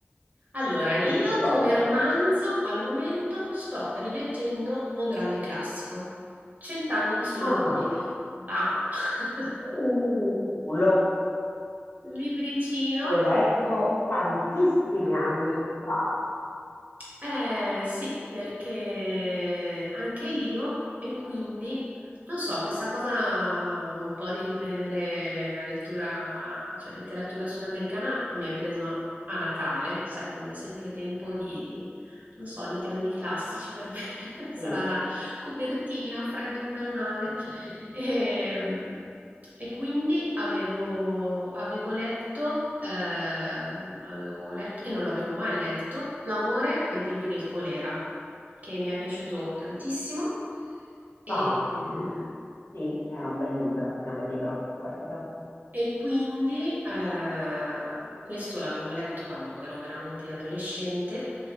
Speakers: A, on the right (about 40°); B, on the left (about 80°).
A: Allora,
B: queste
A: io
B: cose.
A: come romanzo al momento sto rileggendo un grande classico, Cent'anni di solitudine.
B: Ah,
A: Bam! <laughs>
B: uh, l'ho
A: Libricino
B: l'ho letto tantissimi anni fa,
A: Eh sì, perché anche io e quindi non so, questa cosa un po' di riprendere la lettura, cioè letteratura sudamericana mi è preso a Natale, sai, quando è sempre tempo di, non so, di grandi classici per me, <laughs> sarà
B: Sì,
A: da copertina, freddo invernale.
B: <laughs>
A: Ehm, e quindi avevo, avevo letto, ehm, avevo letto, e non l'avevo mai letto, L'amore ai tempi del colera, che mi è piaciuto tantissimo. E,
B: ah, sì, sì, era un bel libro, è un bel libro anche quello.
A: E quindi ehm, questo l'avevo letto quando ero veramente adolescente,